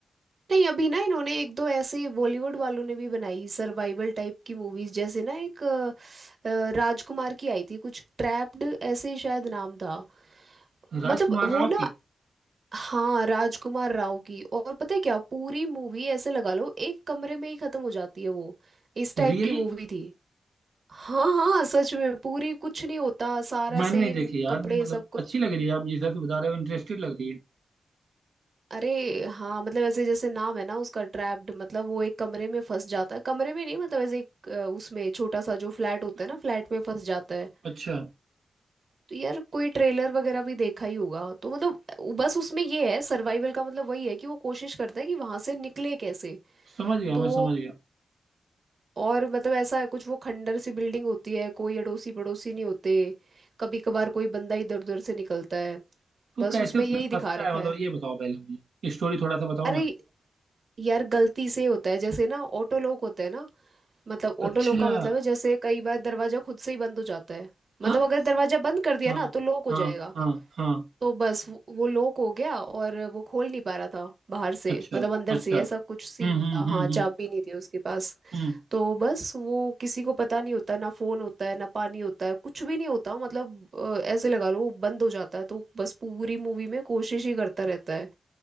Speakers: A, on the right (about 55°); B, on the right (about 85°).
A: नहीं अभी ना इन्होंने एक दो ऐसे बॉलीवुड वालों ने भी बनाई सर्वाइवल टाइप की मूवीज जैसे ना एक अ, अ, राजकुमार की आई थी कुछ ट्रैप्ड ऐसे ही शायद नाम था
B: राजकुमार
A: मतलब
B: राव
A: वो ना
B: की
A: हाँ राजकुमार राव की और पता है क्या पूरी मूवी ऐसे लगा लो एक कमरे में ही खत्म हो जाती है वो इस टाइप
B: रियली
A: की मूवी थी हाँ हाँ सच में पूरी कुछ नहीं होता सारा
B: मैंने
A: सेम
B: नहीं देखी यार
A: कपड़े
B: मतलब
A: सब कुछ
B: अच्छी लग रही है आप जिस हिसाब से बता रहे हो इंटरेस्टेड लग रही है
A: अरे हाँ मतलब ऐसे जैसे नाम है ना उसका ट्रैप्ड मतलब वो एक कमरे में फंस जाता है कमरे में नहीं मतलब ऐसे एक अ, उसमें छोटा सा जो फ्लैट होता
B: बिल्कुल।
A: है ना फ्लैट में फंस जाता है
B: अच्छा
A: तो यार कोई ट्रेलर वगैरह भी देखा ही होगा तो मतलब उ- बस उसमें ये है सर्वाइवल का मतलब वही है कि वो कोशिश करता है कि वहां से निकले कैसे
B: समझ गया
A: तो
B: मैं समझ गया
A: और मतलब ऐसा है कुछ वो खंडर सी बिल्डिंग होती है कोई अड़ोसी पड़ोसी नहीं होते कभी कभार कोई बंदा इधर उधर से निकलता है
B: तो
A: बस
B: कैसे
A: उसमें
B: उसमें
A: यही दिखा
B: फंसता है
A: रखा
B: मतलब
A: है
B: ये बताओ पहले मुझे स्टोरी थोड़ा सा बताओ
A: अरे
B: ना
A: यार गलती से होता है जैसे ना ऑटो लॉक होता है ना मतलब ऑटो
B: अच्छा
A: लॉक का मतलब है जैसे कई बार दरवाजा खुद से ही बंद हो जाता है मतलब
B: हाँ
A: अगर दरवाजा बंद कर दिया
B: हाँ
A: ना तो लॉक हो
B: हाँ
A: जाएगा
B: हाँ हाँ
A: तो बस वो वो लॉक हो गया और वो खोल नहीं पा रहा था बाहर से
B: अच्छा
A: मतलब अंदर
B: अच्छा
A: से ऐसा कुछ
B: हम्म
A: सीन
B: हम्म
A: था
B: हम्म
A: हाँ
B: हम्म
A: चाबी नहीं थी उसके पास
B: हम्म।
A: तो बस वो किसी को पता नहीं होता ना फोन होता है ना पानी होता है कुछ भी नहीं होता मतलब अ, ऐसे लगा लो वो बंद हो जाता है तो बस पूरी मूवी में कोशिश ही करता रहता है